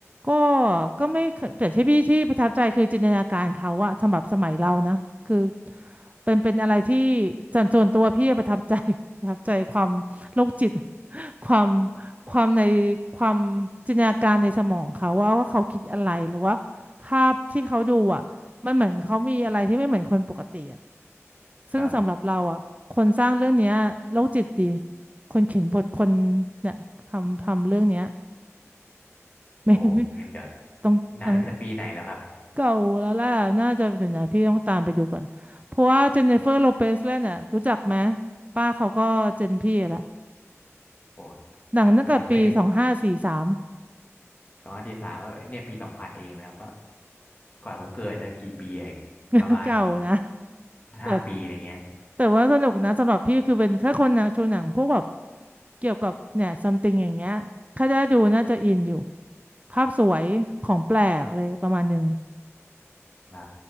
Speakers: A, on the right; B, on the left.
A: ก็ก็ไม่เคยแต่ที่พี่ที่ประทับใจคือจินตนาการเขาอะสำหรับสมัยเรานะคือเป็นเป็นอะไรที่ส่วนตัวพี่ประทับใจ <laughs> ประทับใจความโรคจิต ความความในความจินตนาการในสมองเขาว่าว่าเขาคิดอะไรหรือว่าภาพที่เขาดูอ่ะมันเหมือนเขามีอะไรที่ไม่เหมือนคนปกติอ่ะซึ่งสำหรับเราอ่ะคนสร้างเรื่องเนี้ยโรคจิตดี
B: ครับ
A: คนเขียนบทคนเนี่ยทำทำเรื่องเนี้ยไม่ไม่
B: โหงั้นเดี๋ยว
A: ต้องต้อง
B: หนังตั้งแต่ปีไหนแล้วครับ
A: เก่าแล้วล่ะน่าจะเดี๋ยวนะพี่ต้องตามไปดูก่อนเพราะว่าเจนนิเฟอร์โลเปซเล่นอ่ะรู้จักไหมป้าเขาก็เจนพี่ละ
B: โห
A: หนังตั้งแต่ปีสองห้าสี่สาม
B: เหมือนเคยได้สองพันสิบสามก็เนี่ยปีสองพันเองนะครับก็ก่อนผมเกิดตั้งกี่ปีอะ
A: <laughs>
B: ประมาณ
A: เก่านะแต่
B: ห้าปีอะไรเงี้ย
A: แต่ว่าสนุกนะสำหรับพี่คือเป็นแค่คนหนังชูหนังพวกแบบเกี่ยวกับเนี่ยซัมติงอย่างเงี้ยถ้าได้ดูน่าจะอินอยู่ภาพสวยของแปลกอะไรประมาณหนึง
B: ใช่